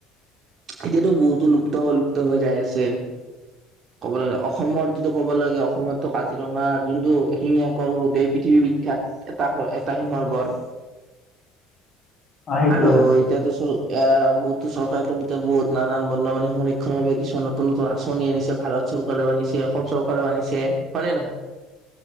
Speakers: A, on the right (about 40°); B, on the left (about 35°).
A: এতিয়াতো, বহুতো লুপ্ত, লুপ্ত হৈ যাই আছে, ক'বলে গ'লে অসমত যিটো ক'ব লাগে অসমতো কাজিৰঙাৰ যোনটো এশিঙীয়া গঁড় গোটেই পৃথিৱী বিখ্যাত। এটা এটা হিঙৰ গড়।
B: অ সেইটো
A: আৰু
B: হয়
A: এতিয়াতো চল এ, বহুতো চৰকাৰতো বহুত নানান বন্য প্ৰাণী সংৰক্ষণ বাবে কিছুমান নতুন নতুন আঁচনি আনিছে, ভাৰত চৰকাৰেও আনিছে, অসম চৰকাৰেও আনিছে হয়নে, নহয়।